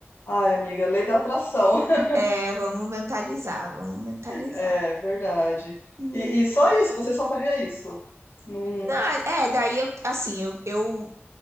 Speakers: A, on the left; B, on the right.
A: Ai, amiga, lei da atração. <laughs>
B: É, vamos mentalizar, vamos mentalizar.
A: É verdade.
B: Né.
A: E, e só isso, você só faria isso. Num...
B: Não, é, daí eu, assim, eu, eu